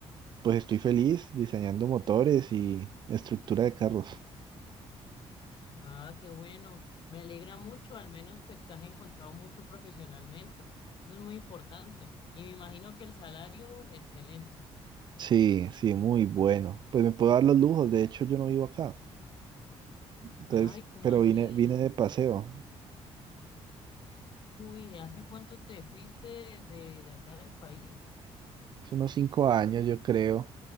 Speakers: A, on the right; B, on the left.
A: pues estoy feliz diseñando motores y estructura de carros.
B: Ah, qué bueno. Me alegra mucho, al menos pues te has encontrado mucho profesionalmente. Eso es muy importante. Y me imagino que el salario, excelente.
A: Sí, sí, muy bueno. Pues me puedo dar los lujos, de hecho yo no vivo acá. Entonces,
B: Ay, ¿cómo
A: pero
B: así?
A: vine, vine de paseo.
B: Uy, ¿hace cuánto te fuiste de, de acá del país?
A: Hace unos cinco años, yo creo,